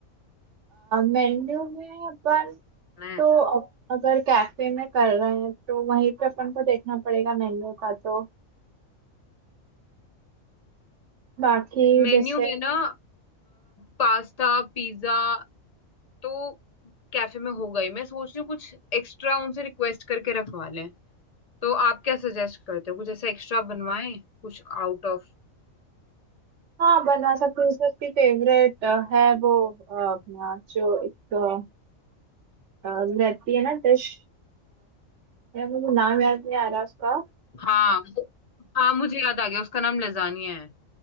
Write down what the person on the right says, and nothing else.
मेन्यू में अपन
तो अ- अगर कैफे में कर रहे हैं तो वहीं पे अपन को देखना पड़ेगा मेन्यू का तो बाकी
जैसे
हाँ बनवा सकते हैं जैसे उसकी फेवरेट है वो अ, अपना जो एक अ, अ, रहती है ना डिश यार मुझे नाम याद नहीं आ रहा उसका